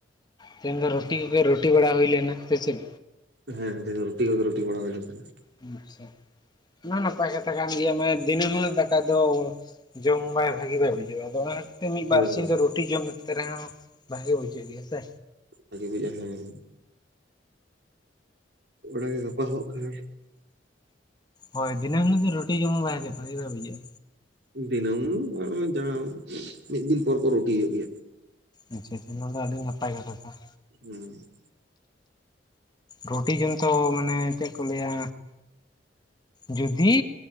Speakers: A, on the left; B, on the right.
A: ᱛᱮᱦᱮᱧ ᱫᱚ ᱨᱩᱴᱤ ᱠᱚᱜᱮ ᱨᱩᱴᱤ ᱵᱟᱲᱟ ᱦᱩᱭ ᱞᱮᱱᱟ ᱥᱮ ᱪᱮᱫ?
B: ᱦᱮᱸ ᱨᱩᱴᱤ ᱠᱚᱜᱮ ᱨᱩᱴᱤ ᱵᱚᱲᱟ ᱦᱩᱭ ᱞᱮᱱ ᱛᱟᱦᱮᱱ᱾
A: ᱟᱪᱪᱷᱟ᱾ ᱚᱱᱟ ᱦᱚ ᱱᱟᱯᱟᱭ ᱠᱟ ᱛᱷᱟ ᱠᱟᱱ ᱜᱮᱭᱟ ᱢᱟᱱᱮ ᱫᱤᱱᱟᱹᱢ ᱦᱤᱞᱚᱜ ᱫᱟᱠᱟ ᱫᱚ ᱡᱚᱢ ᱵᱟᱭ ᱵᱷᱟᱹᱜᱤ ᱵᱟᱭ ᱧᱚᱜ ᱵᱩᱡᱷᱟᱹᱜᱼᱟ, ᱟᱫᱚ ᱚᱱᱟ ᱠᱷᱟᱹᱛᱤᱨ ᱛᱮ ᱢᱤᱫ
B: ᱦᱳᱭ
A: ᱵᱟᱨ ᱥᱤᱧ
B: ᱦᱳᱭ
A: ᱫᱚ ᱨᱩᱴᱤ ᱡᱚᱢᱛᱮ ᱨᱮᱦᱚᱸ ᱵᱷᱟᱜᱤ ᱵᱩᱡᱷ ᱡᱷᱟᱹᱜ ᱜᱮᱭᱟ ᱥᱮ᱾
B: ᱵᱷᱟᱜᱤ ᱵᱩᱡᱷᱟᱹᱜᱼᱟ ᱦᱮᱸ, ᱚᱲᱟᱜ ᱜᱮ ᱜᱟᱯᱟ ᱦᱚᱜ ᱠᱷᱟᱱ᱾
A: ᱦᱳᱭ ᱫᱤᱱᱟᱹᱢ ᱦᱤᱞᱳ ᱜᱮ ᱨᱩᱴᱤ ᱡᱚᱢ ᱦᱚᱸ ᱵᱷᱟᱜᱮ ᱵᱟᱭ ᱵᱩᱡᱟᱹᱜᱼᱟ᱾
B: ᱫᱤᱱᱟᱹᱢ ᱱᱚᱜᱼᱚᱭ ᱡᱟᱦᱟᱸ ᱢᱤᱫ ᱫᱤᱱ ᱯᱚᱨ ᱯᱚᱨ ᱨᱩᱴᱤ ᱦᱩᱭᱩᱜ ᱜᱮᱭᱟ᱾
A: ᱟᱪᱪᱷᱟ ᱟᱪᱪᱷᱟ ᱱᱚᱣᱟ ᱫᱚ ᱟᱹᱰᱤ ᱱᱟᱯᱟᱭ ᱠᱟᱛᱷᱟ ᱠᱟᱱ,
B: ᱦᱩᱸ,
A: ᱨᱩᱴᱤ ᱡᱚᱢ ᱛᱚ ᱢᱟᱱᱮ ᱪᱮᱫ ᱠᱚ ᱞᱟᱹᱭᱟ? ᱡᱩᱫᱤ